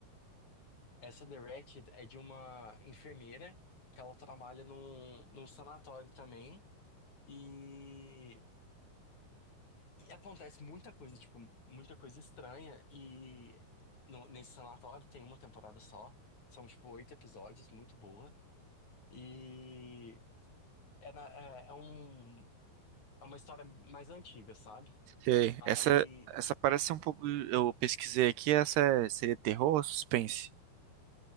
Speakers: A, on the left; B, on the right.
A: Essa The Wretched é de uma enfermeira que ela trabalha num, num sanatório também. E, e acontece muita coisa, tipo, muita coisa estranha. E no- nesse sanatório tem uma temporada só. São, tipo, oito episódios, muito boa. E é, na- é, é um, é uma história mais antiga, sabe?
B: Sei.
A: Aí,
B: Essa, essa parece um pouco. Eu pesquisei aqui, essa é- seria terror ou suspense?